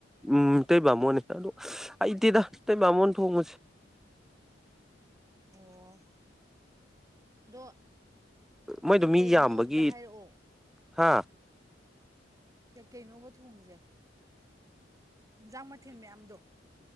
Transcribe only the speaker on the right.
ꯑꯣ ꯑꯗꯣ
ꯀꯩꯀꯩꯅꯣ
ꯑꯝꯇ ꯍꯥꯏꯔꯛꯑꯣ
ꯀꯩ ꯀꯩ ꯅꯣꯕ ꯍꯣꯡꯉꯤꯁꯦ ꯍꯦꯟꯖꯥꯡ ꯃꯊꯦꯜ ꯃꯌꯥꯝꯗꯣ